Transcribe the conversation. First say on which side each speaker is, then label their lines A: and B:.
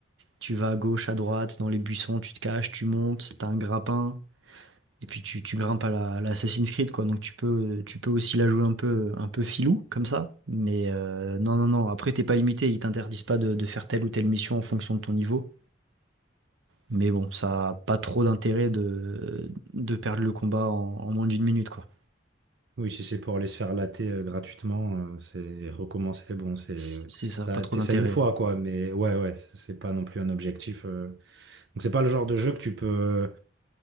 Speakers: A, on the right (about 85°); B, on the right (about 65°).
A: tu vas à gauche, à droite, dans les buissons, tu te caches, tu montes, t'as un grappin. Et puis tu, tu grimpes à la, à la Assassin's Creed, quoi. Donc tu peux, tu peux aussi la jouer un peu, un peu filou, comme ça. Mais euh, non, non, non. Après, t'es pas limité. Ils t'interdisent pas de, de faire telle ou telle mission en fonction de ton niveau. Mais bon, ça a pas trop d'intérêt de, de perdre le combat en, en moins d'une minute, quoi.
B: Oui, si c'est pour aller se faire latter euh, gratuitement, euh, c'est recommencer, bon, c'est
A: C- C'est ça,
B: ça,
A: pas trop
B: t'essayes
A: d'intérêt.
B: une fois, quoi, mais ouais, ouais, c'est c'est pas non plus un objectif. euh. Donc c'est pas le genre de jeu que tu peux